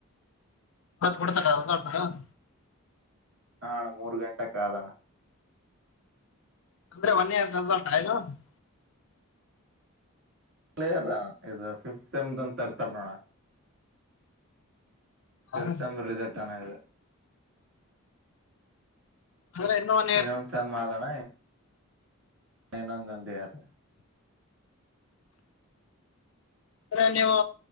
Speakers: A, on the left (about 65°); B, on the right (about 55°).
A: ಕತ್ ಬಿಡ್ತ <unintelligible>
B: ಹಣ ಮೂರ್ ಗಂಟೆ ಕ ಆದಣ
A: ಅಂದ್ರೆ ಮನ್ನಿ ನಲಣ ಆ <unintelligible>
B: ಪ್ಲೇಯರ್ ಇದು ಫಿಫತ್ ಸೆಮ್ ಅಂತ ಇರ್ತಾರ ನೋಡ ಫಿಫ್ಟಿ
A: ಅಂದ್ರೆ
B: ಸೇಮ್ ರಿಸಲ್ಟ್ ಅಣ್ಣ ಇದು
A: ಹ
B: ಇನ್ನೊಂದು ಸ ಮಾದಣ ಇನ್ನೊಂದಂದಂದ ಯಾರ
A: ಅ್ರ ನೀವು